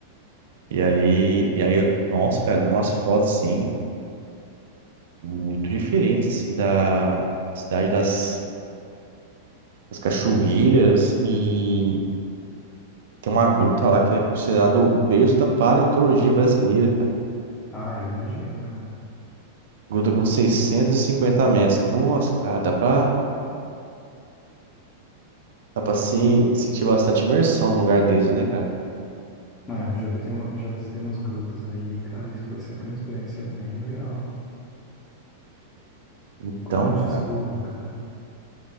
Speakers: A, on the right; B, on the left.
A: E aí, e aí eu, nossa, cara, eu vi umas fotos, assim, muito diferentes, assim, da cidade das as cachoeiras e tem uma gruta lá que é considerado o berço da paleontologia brasileira, cara.
B: Ah, eu imagino, cara.
A: Gruta com 650 metros. Nossa, cara, dá pra, dá pra se sentir bastante imersão num lugar desse, né, cara?
B: É, já visitei, uma- já visitei umas grutas aí, cara, isso foi sempre uma experiência bem legal.
A: Então,
B: Cordisburgo,
A: cara,
B: cara.